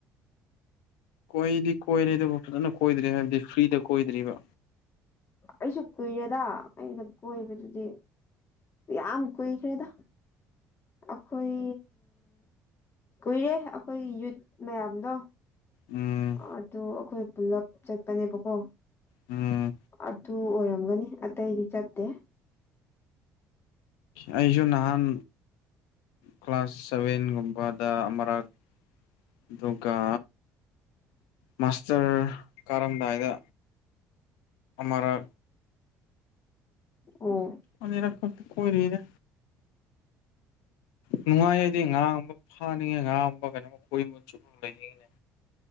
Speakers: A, on the left; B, on the left.
A: ꯀꯣꯏꯗꯤ ꯀꯣꯏꯔ ꯑꯗꯨꯕꯨ ꯐꯖꯅ ꯀꯣꯏꯗ꯭ꯔꯦ ꯍꯥꯏꯕꯗꯤ ꯐ꯭ꯔꯤꯗ ꯀꯣꯏꯗ꯭ꯔꯤꯕ
B: ꯑꯩꯁꯨ ꯀꯨꯏꯔꯦꯗ ꯑꯩꯅ ꯀꯣꯏꯕꯗꯨꯗꯤ ꯌꯥꯝ ꯀꯣꯏ ꯀ꯭ꯔꯦꯗ ꯑꯩꯈꯣꯏ ꯀꯨꯏꯔꯦ ꯑꯩꯈꯣꯏꯒꯤ ꯌꯨꯠ ꯃꯌꯥꯝꯗꯣ
A: ꯎꯝ
B: ꯑꯗꯨ ꯑꯩꯈꯣꯏ ꯄꯨꯂꯞ ꯆꯠꯄꯅꯦꯕꯀꯣ
A: ꯎꯝ
B: ꯑꯗꯨ ꯑꯣꯏꯔꯝꯒꯅꯤ ꯑꯇꯩꯗꯤ ꯆꯠꯇꯦ
A: ꯑꯩꯁꯨ ꯅꯍꯥꯟ ꯀ꯭ꯂꯥꯁ ꯁꯚꯦꯟꯒꯨꯝꯕꯗ ꯑꯃꯔꯛ ꯑꯗꯨꯒ ꯃꯥꯁꯇꯔ ꯀꯥꯔꯝꯗꯥꯏꯗ ꯑꯔ
B: ꯑꯣ
A: ꯑꯅꯤꯔ ꯈ ꯀꯣꯏꯔꯗ ꯅꯨꯡꯉꯥꯏ ꯑꯩꯗꯤ ꯉꯥ ꯑꯃ ꯐꯥꯅꯤꯡꯉꯦ ꯉꯥꯕ ꯀꯩꯅꯣꯝ ꯀꯣꯏꯕ ꯆꯨꯞ ꯂꯩꯅꯤꯡꯉꯤꯅꯦ